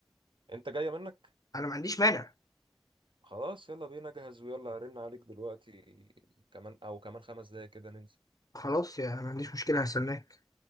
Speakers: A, on the right; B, on the left.
A: انت جاية منك
B: انا ما عنديش مانع
A: خلاص يلا بينا جهز ويلا هرن عليك دلوقتي كمان او كمان خمس دقايق كده ننزل
B: خلاص يا ما عنديش مشكله هستناك